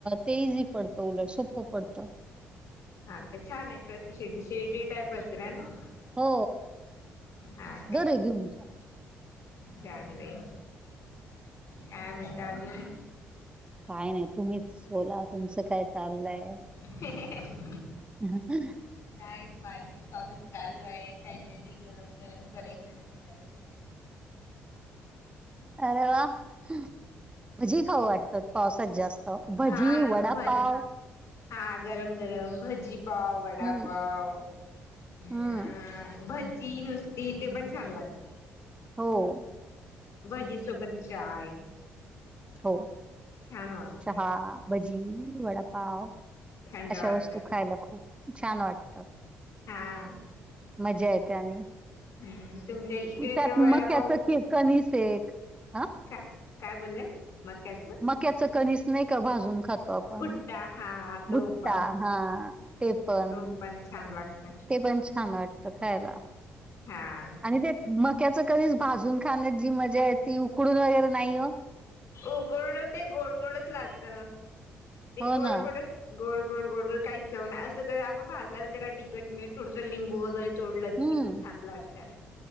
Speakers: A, on the right; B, on the left.
A: ते इझी पडतं उलट सोपं पडतं
B: हा का छान आहे प्रतिशीर्डी शीर्डी टाईप असेल आहे ना?
A: हो
B: हा
A: बर घेऊन जा
B: चांगलय काय म्हणता अजून
A: काय नाही तुम्हीच बोला तुमचं काय चाललंय?
B: ह <unintelligible>
A: ह <unintelligible>
B: काय पाणी पाऊस चालू आहे काहीतरी गरम गरम करायचं न खायचं मस्त.
A: अरे वा! ! भजी खाऊ वाटतात पावसात जास्त! भजी
B: हा
A: वडापाव
B: भजी हा गरम गरम भजी पाव वडापाव
A: हम्म
B: अ
A: हम्म
B: भ जची नुसती ते पण छान लागते
A: हो! !
B: भजीसोबत चाय!
A: हो
B: छान वाटतं
A: चहा भजी वडाप पाव
B: थंड
A: अशा
B: वाटतं
A: वस्तू खायला खूप छान! वाटतात.
B: हा
A: मजा येते आणि
B: हम्म! तुमच्या इकडे
A: त्यात
B: तर वडापाव
A: मक्याच की कणीस एक हा
B: काय काय बोललंय? मक्याचं
A: मक्याच कणीस नाही का भाजून खात? होका?
B: भुट्टा हा तो
A: भुट्टा
B: पण
A: हां! ते पण!
B: तो छान लागत
A: ते पण छान! वाटतं खायला!.
B: हा! !
A: आणि ते म! मक्याच कणीस भाजून खाण्यात जी मजा येते. उकडून वगैरे नाही आओ!
B: उकडु ते गोड गोडच लागत ते
A: हो
B: गोड
A: ना
B: गोडच गोड गोड गोड गोड काही चव नाही असं तर, आपण भाजला तर त्याला तिकट मिठ थोडसं लिंबू वगैरे चोळलं तर
A: हम्म
B: किती छान लाग त्या!